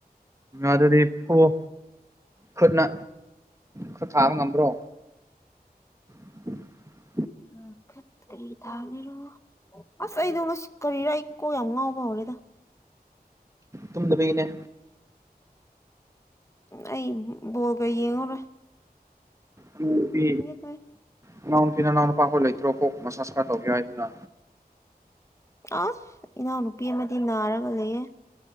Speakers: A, on the right; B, on the left.
A: ꯑꯗꯨꯗꯤ ꯐꯨꯑꯣ ꯈꯨꯠꯅ ꯈꯨꯠ ꯊꯥꯕ ꯉꯝꯕ꯭ꯔꯣ <unintelligible>
B: ꯎꯝ ꯈꯨꯠ ꯀꯔꯤ ꯇꯕꯦꯔꯣ ꯑꯁ ꯑꯩꯗꯣ ꯉꯁꯤ ꯀꯔꯤꯔꯥ ꯑꯩ ꯀꯣ ꯌꯥꯝ ꯉꯥꯎꯕ ꯍꯧꯔꯦꯗ
A: ꯇꯨꯝꯗꯕꯩꯅꯦ
B: ꯑꯩ ꯕ‌ꯣꯜꯒ ꯌ‌ꯦꯡꯉꯔ‌ꯣꯏ
A: ꯅꯅꯥꯎ ꯅꯨꯄꯤ
B: ꯇꯧꯋꯦ
A: ꯅꯅꯥꯎ ꯅꯨꯄꯤ ꯅꯅꯥꯎ ꯅꯨꯄꯥ ꯈ‌ꯣꯏ ꯂꯩꯇ꯭ꯔꯣ ꯀ‌ꯣꯛ ꯃꯁꯥꯥꯁ ꯈꯔ ꯇꯧꯕꯤꯌꯨ ꯍꯥꯏꯌꯨꯗꯅ
B: ꯑꯥ ꯏꯅꯥꯎꯅꯨꯄꯤ ꯑꯃꯗꯤ ꯅꯥꯔꯒ ꯂꯩꯌꯦ